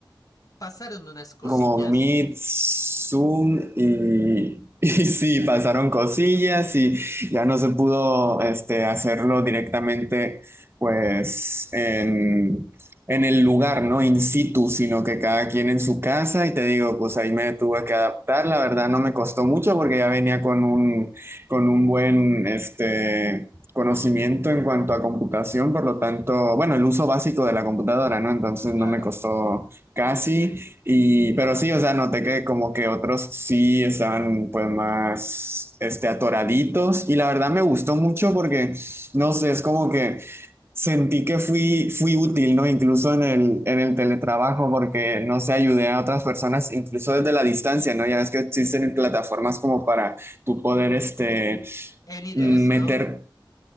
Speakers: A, on the left (about 50°); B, on the right (about 30°).
A: pasaron unas cosillas.
B: como Meet, Zoom y, <laughs> y sí, pasaron cosillas y ya no se pudo este, hacerlo directamente pues en, en el lugar, ¿no? In situ, sino que cada quien en su casa y te digo, pues ahí me tuve que adaptar, la verdad no me costó mucho porque ya venía con un, con un buen, este... conocimiento en cuanto a computación, por lo tanto, bueno, el uso básico de la computadora, ¿no? Entonces
A: Sí, claro.
B: no me costó casi. Y, pero sí, o sea, noté que como que otros sí estaban pues más, este, atoraditos y la verdad me gustó mucho porque, no sé, es como que sentí que fui, fui útil, ¿no? Incluso en el, en el teletrabajo porque, no sé, ayudé a otras personas, incluso desde la distancia, ¿no? Ya es que existen plataformas como para tú poder, este,
A: AnyDesk,
B: meter,
A: ¿no?